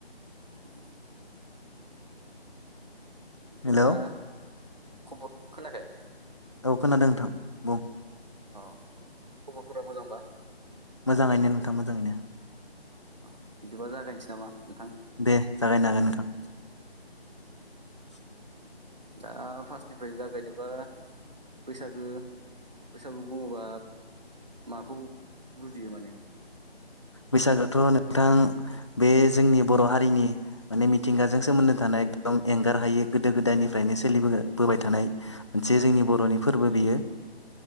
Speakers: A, on the right; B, on the left.
A: <inaudible> बिदिब्ला
B: हेलौ
A: खबर खोनायाखै?
B: औ खोनादों नोंथां बुं।
A: अ खबरफोरा मोजांबा?
B: मोजाङैनो नोंथां मोजाङैनो।
A: अ बिदिबा जागायनोसै नामा नोंथां
B: दे जागायनो हागोन नोंथां। <inaudible>
A: दा फार्स्टनिफ्राय जागायनोबा बैसागो बैसागो बुङोबा माखौ बुजियो माने
B: बैसागोथ' नोंथां बे जोंनि बर' हारिनि माने मिथिंगाजों सोमोन्दो थानाय एकदम एंगार हायि गोदो गोदायनिफ्राय नो सोलि बोबाय थानाय मोनसे जोंनि बर'नि फोरबो बियो।